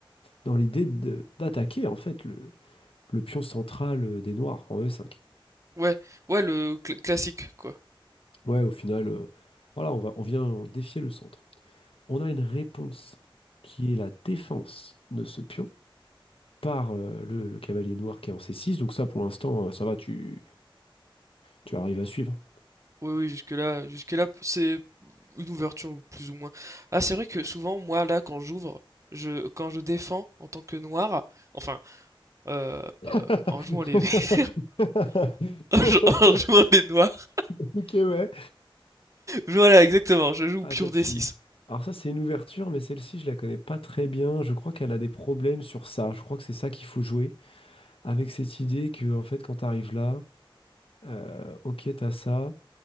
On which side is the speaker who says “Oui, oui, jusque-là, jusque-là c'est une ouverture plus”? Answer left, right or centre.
Right